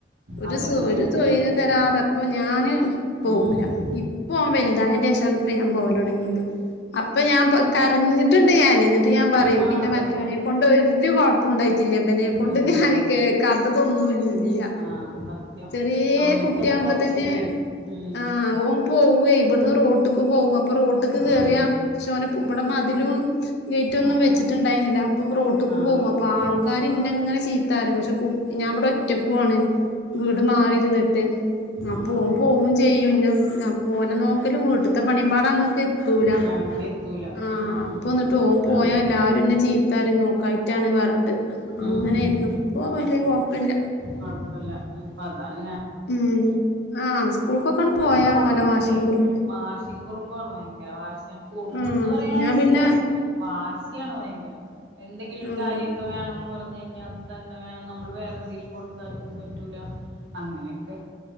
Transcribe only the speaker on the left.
ഒരു
ഒരു സൊയിരം
തരാതെപ്പോ ഞാന് പോവൂല
ഇപ്പൊ വലുതായ <unintelligible> ഇപ്പൊ ഞാൻ പോവാൻ തുടങ്ങിയത് അപ്പൊ ഞാൻ കരഞ്ഞിട്ടുണ്ട് ഞാൻ ഇന്നിട്ട് ഞാൻ പറയൂ
ഇന്റെ
മറ്റവനെ കൊണ്ട് ഒരു കൊഴ ഉണ്ടായിട്ടില്ല ബനെ കൊണ്ട്
ഞാൻ കേക്കാത്തതൊന്നും ല്ല
ചെറിയ
കുട്ടിയകുമ്പോ
തന്നെ
ആ ഓൻ പോവ ഇബ് അപ്പൊ റോട്ട്ക്ക്
കേറിയ പക്ഷ ഓ ന ഇവിടെ മതിലും ഗേറ്റും ഒന്നും
വെച്ചിട്ടുണ്ടരുന്നില്ല അപ്പൊ റോട്ട് പോകും
അപ്പ ആൾക്കാരിന്നങ്ങനെ ചി ചീത്താരും പക്ഷെകുട്ട് ഞാൻ ഇവടെ ഒറ്റക്കാണ് വീട് മാറിരുന്നിട്ട് ആ
പോ
പോകവും ചെയ്യും ഇന്ന പോനെ നോക്കലും വീട്ടിലത്തെ പണിയമ്പാട അന്നക്കെ ല
ആ
അപ്പ ഒന്നിട്ട് ഓൻ
പോയ എല്ലാരുംന്ന ചീ ആരും നോക്കായിട്ടാണ് പറഞ്ഞിട്ട്
അങ്ങനെയായിരുന്നു
ഇപ്പൊ വല്യ കൊഴപ്പല്ല
ഉം ആ് സ്കൂൾക്കൊക്കെയാണ്
പോയ
ഓലെ
വാഷിം കുറുമ്പ്
ആഹ്
ഞാൻ പിന്നെ
ആഹ്